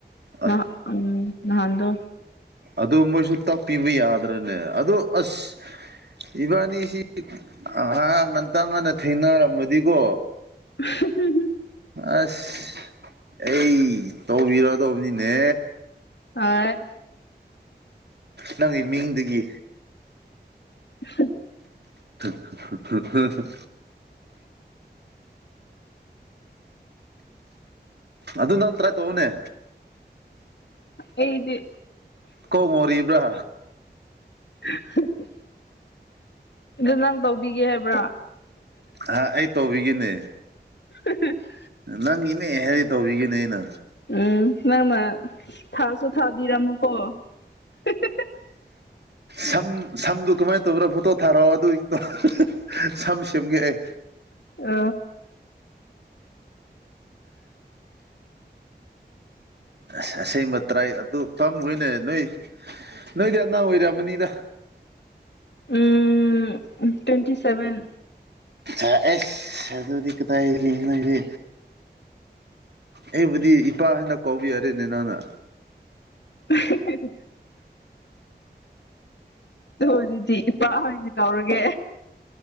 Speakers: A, on the right; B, on the left.
A: INAUDIBLE
B: ꯅꯍꯥ ꯎꯝ ꯅꯍꯥꯟꯗꯣ
A: ꯑꯗꯨ ꯃꯣꯏꯖꯨ ꯇꯥꯛꯄꯤꯕ ꯌꯥꯗ꯭ꯔꯅꯦ ꯑꯗꯨ ꯑꯥꯁ ꯏꯕꯥꯅꯤꯁꯤ ꯑꯍꯥ ꯉꯟꯇꯥ ꯉꯟꯅ ꯊꯦꯡꯅꯔꯝꯃꯗꯤꯀꯣ
B: ꯑꯍꯝ ꯍꯝ
A: ꯑꯁ ꯑꯩ ꯇꯧꯕꯤꯔ ꯗꯧꯕꯅꯤꯅꯦ
B: ꯑꯥꯢ
A: ꯅꯪꯒꯤ ꯃꯤꯡꯗꯒꯤ
B: ꯍꯝ
A: <unintelligible> ꯍꯨ ꯍ ꯍꯨꯝ ꯑꯗꯨ ꯅꯠꯇ꯭ꯔ ꯇꯧꯋꯣꯅꯦ
B: ꯑꯩꯗꯤ
A: ꯀꯣꯛ ꯉꯣꯔꯤꯕ꯭ꯔꯥ
B: ꯑ ꯍꯛ <unintelligible> ꯑꯗꯨ ꯅꯪ ꯇꯧꯕꯤꯒꯦ ꯍꯥꯏꯕ꯭ꯔꯥ
A: ꯑꯥ ꯑꯩ ꯇꯧꯕꯤꯒꯦꯅꯦ
B: ꯍ ꯍꯪ <unintelligible>
A: ꯅꯪꯒꯤꯅꯦ ꯍꯥꯏꯗꯤ ꯇꯧꯕꯤꯒꯦꯅꯦ ꯑꯩꯅ
B: ꯎꯝ ꯅꯪꯅ ꯊꯥꯛꯁꯨ ꯊꯥꯛꯄꯤꯔꯝꯃꯨꯀꯣ ꯍꯦ ꯍꯦ ꯍꯦ
A: ꯁꯝ ꯁꯝꯗꯨ ꯀꯃꯥꯏꯅ ꯇꯧꯕ꯭ꯔꯥ ꯐꯣꯇꯣ ꯊꯥꯔꯛꯑꯣ ꯑꯗꯨꯏꯗꯣ ꯁꯝ ꯁꯦꯝꯒꯦ ꯑꯩ
B: ꯑ
A: ꯑꯁ ꯑꯁꯦꯡꯕ ꯇ꯭ꯔꯥꯏ ꯑꯗꯨ ꯐꯝꯃꯣꯏꯅꯦ ꯅꯣꯏ ꯅꯣꯏꯗꯤ ꯑꯉꯥꯡ ꯑꯣꯏꯔꯝꯃꯅꯤꯗ
B: ꯎꯝ ꯇ꯭ꯋꯦꯟꯇꯤ ꯁꯚꯦꯟ
A: ꯑꯥ ꯑꯦꯁ ꯑꯗꯨꯗꯤ ꯀꯗꯥꯏꯗꯒꯤ ꯅꯣꯏꯗꯤ ꯑꯩꯕꯨꯗꯤ ꯏꯄꯥꯍꯣꯏꯅ ꯀꯥꯎꯕꯤ ꯌꯥꯔꯦꯅꯦ ꯅꯪꯅ
B: <unintelligible> ꯑꯗꯨꯕꯨꯗꯤ ꯏꯄꯥ ꯍꯣꯏꯅ ꯀꯧꯔꯒꯦ